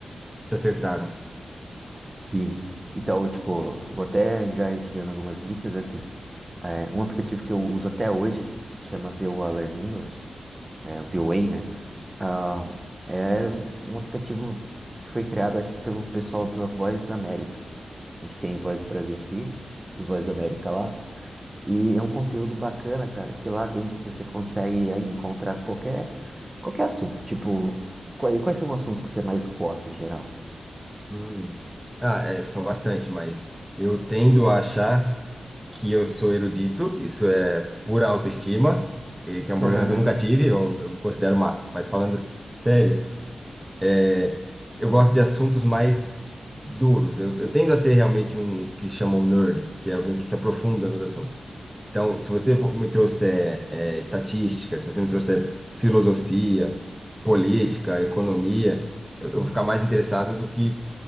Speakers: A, in the centre; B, on the right (about 25°).
A: se acertaram.
B: Sim. Então, tipo, vou até já ir te dando algumas dicas, é assim. É, um aplicativo que eu uso até hoje, que chama VOA Learn English, é, VOA, né? Ah, é um aplicativo que foi criado, acho que pelo pessoal da Voz da América. A gente tem Voz do Brasil aqui e Voz da América lá. E é um conteúdo bacana, cara, que lá dentro você consegue aí encontrar qualquer, qualquer assunto. Tipo, quais, quais são os assuntos que você mais gosta em geral?
A: Hum. Ah, é, são bastante, mas eu tendo a achar que eu sou erudito, isso é pura autoestima, e que é um
B: <laughs>
A: problema que eu nunca tive, eu, eu me considero o máximo, mas falando s- sério. É, eu gosto de assuntos mais duros. Eu, eu tendo a ser realmente um o que chamam nerd, que é alguém que se aprofunda nos assuntos. Então, se você me trouxer é, estatística, se você me trouxer filosofia, política, economia, eu, eu vou ficar mais interessado do que